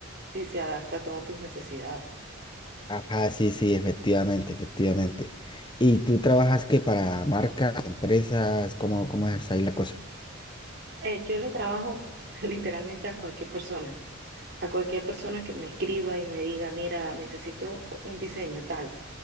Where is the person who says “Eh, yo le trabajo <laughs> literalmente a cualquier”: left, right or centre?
Right